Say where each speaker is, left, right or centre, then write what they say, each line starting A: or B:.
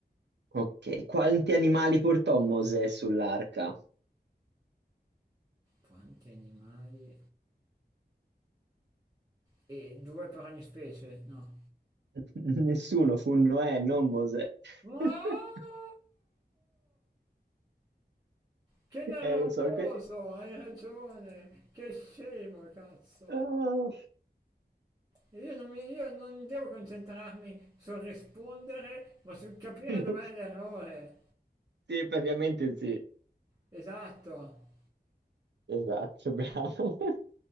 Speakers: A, on the right; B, on the right.
A: Ok, quanti animali portò Mosè sull'arca?
B: Quanti animali? E due per ogni specie? No.
A: <laughs> Nessuno, fu Noè, non Mosè.
B: No!
A: <laughs>
B: Che nervoso,
A: Eh, lo so che...
B: hai ragione. Che scemo, cazzo.
A: Ah,
B: E Io non, mi- io non devo concentrarmi sul rispondere, ma sul capire
A: <laughs>
B: dov'è l'errore.
A: sì, praticamente sì.
B: Esatto.
A: Esatto, bravo. <laughs>